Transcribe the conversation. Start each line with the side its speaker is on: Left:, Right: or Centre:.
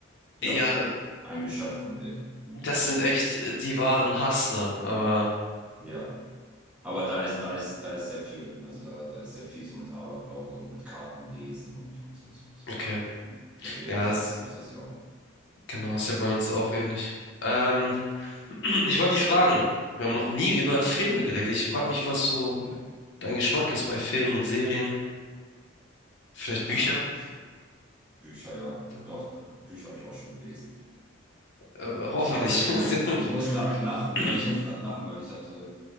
Centre: ja,
Left: <laughs> Ja,
Centre: auch ein Geschäft von denen. Hm.
Left: das sind echt äh, die wahren Hustler, aber
Centre: Ja. Aber da ist, da ist, da ist sehr viel. Also da, da ist sehr viel so mit Aberglaube und mit Kartenlesen und, und so Zeugs.
Left: okay.
Centre: Hm. Deswegen
Left: Ja,
Centre: gibt's das,
Left: es,
Centre: gibt's das ja auch.
Left: genau, ist ja bei uns auch ähnlich. Ähm, <clears throat> Ich wollte dich fragen, wir haben noch nie über Filme geredet. Ich frage mich, was so
Centre: Ne.
Left: dein Geschmack ist bei Filmen und Serien, vielleicht Bücher,
Centre: Ah, jetzt Bücher, ja.
Left: äh,
Centre: Doch, da- Bücher habe ich auch schon gelesen.
Left: hoffentlich.
Centre: Ich hatte,
Left: <clears throat>
Centre: <laughs> ich muss gerade lachen,
Left: <laughs>
Centre: ne? Ich muss gerade lachen, weil ich hatte,